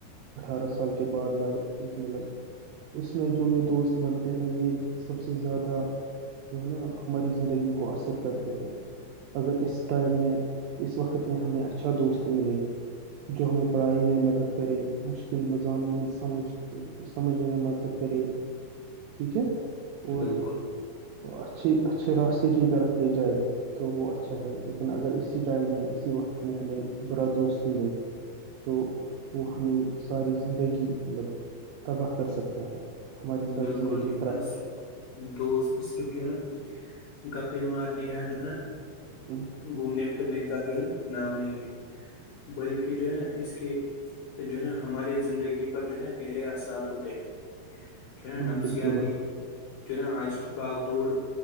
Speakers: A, on the right; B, on the left.
A: اٹھارہ سال کے بعد لائ اس مطلب اس میں جو یہ دوست بنتے ہیں یہ سب سے زیادہ جو ہے نا ہماری زندگی کو اثر کرتے ہیں اگر اس ٹائم میں اس وقت میں ہمیں اچھا دوست ملے جو ہمیں پڑھائی میں مدد کرے مشکل مضامین سمجھ سمجھنے میں مدد کرے ٹھیک ہے اور
B: بالکل
A: اچھھی اچھے راستے کی طرف لے جائے تو وہ ا اچھا ہے لیکن اگر اسی ٹائم میں اسی وقت میں ہمیں برا دوست ملے تو وہ ہمیں ساری زندگی مطلب تباہ کر سکتا ہے ہماری ساری
B: بالکل
A: زندگی
B: جو ہے
A: خراب
B: نا دوست صرف جو نا گپے مارن د جو نا
A: ہوں <inaudible>
B: گھومنے پھرنے کا جو ہے نا نام نہیں ہے بلکہ جو ہے نا اس کے جو ہے نا ہمارے زندگی پر جو ہے نا گہرے اثات ہوتے ہیں چونا
A: ہاں
B: نفسیاتی
A: بالکل بھائی
B: چونا آج کیی باغ دڑ